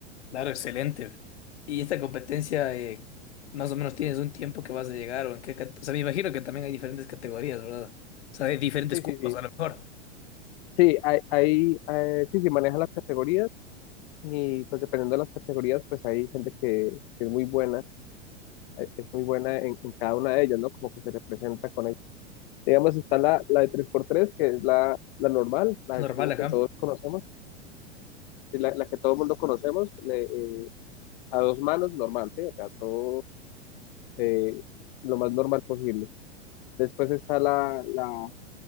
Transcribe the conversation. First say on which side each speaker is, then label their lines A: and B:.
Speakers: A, on the left (about 70°); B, on the left (about 50°).
A: Claro, excelente. ¿Y esta competencia, eh, más o menos tienes un tiempo que vas a llegar o en qué, cate- o sea, me imagino que también hay diferentes categorías, ¿verdad? O sea, hay diferentes
B: Sí,
A: cupos
B: sí, sí.
A: a lo mejor.
B: Sí, hay, hay, eh, sí, sí, maneja las categorías y pues dependiendo de las categorías, pues hay gente que, que es muy buena, eh, es muy buena en, en cada una de ellas, ¿no? Como que se representa con ella. Digamos, está la, la de tres por tres que es la, la normal, la
A: Normal,
B: del cubo
A: ajá.
B: que todos conocemos, y la, la que todo el mundo conocemos, le- eh, a dos manos normal, ¿sí? O sea, todo eh, lo más normal posible. Después está la, la,